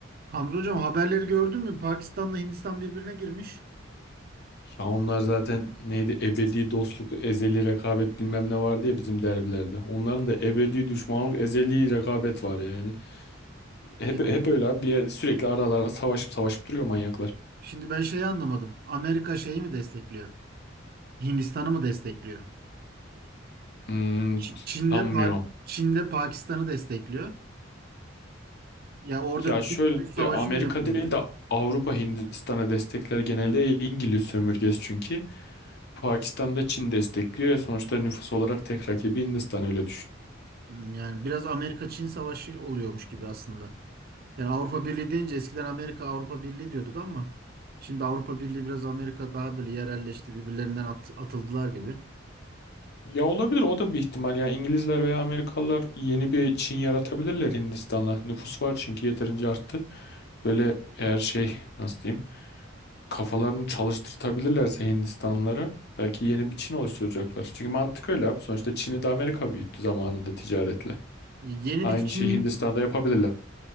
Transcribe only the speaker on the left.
Ya onlar zaten neydi? Ebedi dostluk, ezeli rekabet bilmem ne vardı ya bizim derbilerde. Onların da ebedi düşmanlık, ezeli rekabet var yani. Hep
hep öyle abi bir yer, sürekli ara ara savaşıp savaşıp duruyor manyaklar.
Hmm,
sanmıyorum.
Ya
şöyle
Amerika
değil de Avrupa Hindistan'a destekler genelde İngiliz sömürgesi çünkü. Pakistan'da Çin destekliyor ya sonuçta nüfus olarak tek rakibi Hindistan öyle
Ya olabilir o da bir ihtimal. Yani İngilizler veya Amerikalılar yeni bir Çin yaratabilirler Hindistan'la. Nüfus var çünkü yeterince arttı. Böyle eğer şey nasıl diyeyim kafalarını çalıştırtabilirlerse Hindistanlılara belki yeni bir Çin oluşturacaklar. Çünkü mantık öyle abi. Sonuçta Çin'i de Amerika büyüttü zamanında ticaretle.
Aynı
şeyi Hindistan'da yapabilirler.